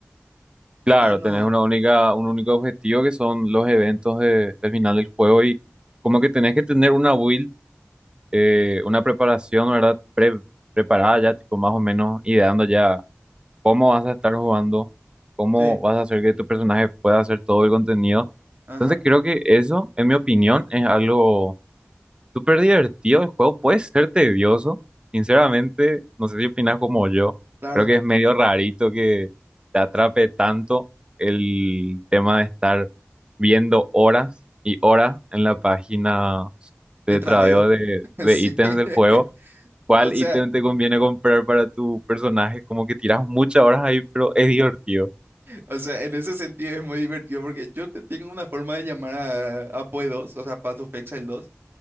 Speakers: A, on the right (about 20°); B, on the right (about 50°).
A: Claro,
B: Ya no.
A: tenés una única, un único objetivo que son los eventos de, del final del juego y como que tenés que tener una build. eh, una preparación, ¿verdad? Pre- preparada ya, tipo más o menos, ideando ya cómo vas a estar jugando, cómo
B: Sí,
A: vas a hacer que tu personaje pueda hacer todo el contenido.
B: ajá.
A: Entonces creo que eso, en mi opinión, es algo súper divertido. El juego puede ser tedioso, sinceramente, no sé si opinas como yo,
B: Claro.
A: creo que es medio rarito que te atrape tanto el tema de estar viendo horas y horas en la página
B: de
A: de
B: tradeo.
A: tradeo de,
B: <laughs>
A: de
B: Sí,
A: ítems
B: <laughs>
A: del juego, cuál
B: o sea,
A: ítem te conviene comprar para tu personaje. Como que tiras muchas horas ahí, pero es divertido.
B: o sea, en ese sentido es muy divertido porque yo te tengo una forma de llamar a, a PoE 2, o sea, Path of Exile dos,